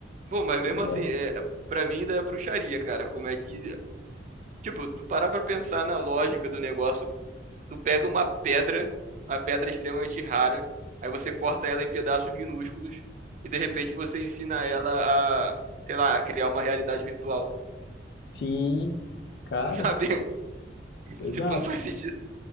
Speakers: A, on the right (about 40°); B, on the left (about 60°).
A: Bom, mas mesmo
B: Mas é.
A: assim, é, para mim ainda é bruxaria, cara. Como é que, tipo, tu parar pra pensar na lógica do negócio, tu pega uma pedra, uma pedra extremamente rara, aí você corta ela em pedaços minúsculos e de repente você ensina ela a, sei lá, a criar uma realidade virtual,
B: Sim, cara,
A: <laughs> sabe?
B: exato.
A: Tipo, não faz sentido.